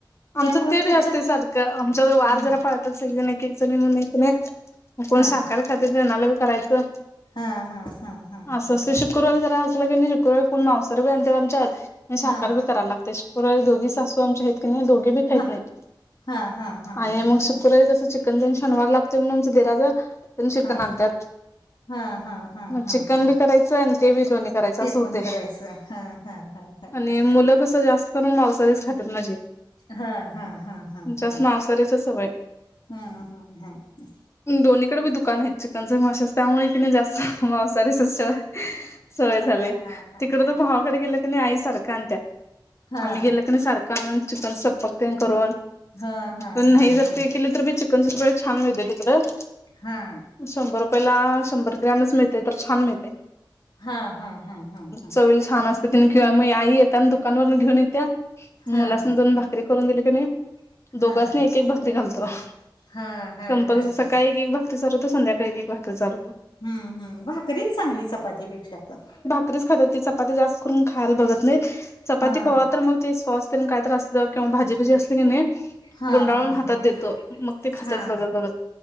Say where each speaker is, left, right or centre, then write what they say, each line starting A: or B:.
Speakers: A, on the left; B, on the left.
A: त्यामुळे
B: आमचं ते बी
A: त्याच्या
B: असते
A: हम्म
B: सारखं आमचा वार जरा पळतात एकजण एक एक जणी म्हणून एकने. कोण
A: हा.
B: शाकाहारी खातेत त्यांनाला बी करायचं.
A: हा हा हा हा
B: असं
A: हा
B: अस
A: हा
B: शुक्रवारी जरा असलं की शुक्रवारी पुन्हा मांसाहारी बी आणत्यात आमच्यात साखकार
A: हा.
B: बी कराय लागते दोघी सासू आमच्या आहेत की नाही दोघे बी खहीत
A: हा
B: नाहीत.
A: हा हा हा
B: आणि
A: हा
B: मग शुक्रवारी
A: हा.
B: जसं चिकन देऊन शनवार लागतो म्हणून आमच देराजा चिकन
A: हा
B: आणतात.
A: हा हा हा
B: मग
A: हा
B: चिकन
A: हा.
B: बी करायचं आणि ते बी दोन्ही करायच असं
A: ते
B: होते.
A: पण करायचं हा हा हा हा
B: आणि
A: हा
B: मुलं
A: हा.
B: कस जास्त करून मवसाारीच खातात माझे.
A: हा हा हा. हा
B: जास्त
A: हा
B: मांसाहारीच आहेत सगळे.
A: हा हा, हा ह.
B: दोन्हीकडे बी दुकान आहेत चिकनच माशच त्यामुळे कि नाही जास्त मांसाहारीच अस सवय सवय,
A: हा हा हा हा
B: तिकड
A: हा.
B: तू भावाकडे गेलं की क आई सारख्या आणत्या
A: हा.
B: आम्ही गेल क सारखं आणून चिकन सपक तेन करून
A: हा हा
B: प नाही
A: हा
B: जर
A: हा.
B: ते केले तर बी चिकनचे सिक्टीफाय छान मिळतंय तिकडं.
A: हा.
B: शंभर रुपयाला शंभर ग्रॅमच मिळते, तर छान मिळते.
A: हा हा हा हा हा.
B: चवल छान असते तिने घेऊ मग आई येत आणि दुकानवरून घेऊन येत्या. मुलासनी
A: हा.
B: दोन भाकरी करून दिली की नाही
A: कणी
B: दोघासनी
A: हा.
B: एक एक भाकरी करून घालतो.
A: करतो. हा हा हा
B: कंपलसरी
A: हा.
B: सकाळी एक एक भाकरी चालवतो संध्याकाळी एक एक भाकरी चालवतो.
A: हम्म हम्म, भाकरीच चांगली चपाती पेक्षा पण
B: करीच खात्यात, चपाती जास्त करून खायला बघत नाही चपाती
A: हा.
B: कवा तर मग ते सॉस तेन काय तर असल किंवा भाजी भाजी असल्या की
A: हा
B: गुंडाळून
A: हा
B: हातात
A: हा
B: देतो मग
A: हा
B: ते खातात
A: हा.
B: बघत बघत.